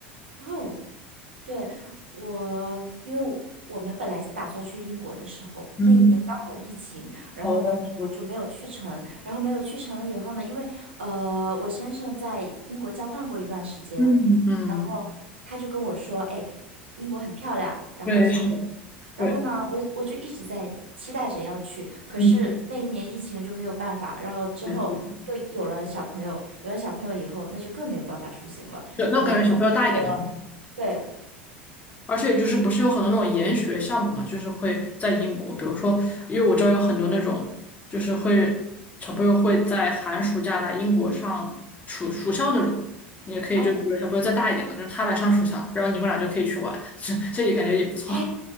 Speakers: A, on the right; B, on the left.
A: 然后。对，我，因为我我们本来打算去英国的时候，
B: 嗯，
A: 那一年刚好疫情，然后呢之后就没有去成，
B: 哦，
A: 然后没有去成了以后呢，因为呃我先生在英国交换过一段时间，
B: 嗯，嗯，
A: 然后他就跟我说，哎，英国很漂亮，然后想，
B: 对，是的，
A: 然后呢我我就一直在期待着要去，
B: 对，
A: 可是那一年疫情就没有办法，
B: 嗯嗯
A: 然后之后又有了小朋友，
B: 对对，
A: 有了小朋友以后，那就更没有办法出行了，
B: 对那我感觉小朋友大一点吧，
A: 我。对，
B: 而且就是不是有很多那种研学项目嘛，就是会在英国，比如说，因为我知道有很多那种，就是会小朋友会在寒暑假来英国上暑暑校那种，你也可以就比如小朋友再大一点了，
A: 哦，
B: 就是他来上暑校，然后你们俩就可以去玩，<laughs> 这这也感觉也不错，
A: 哎，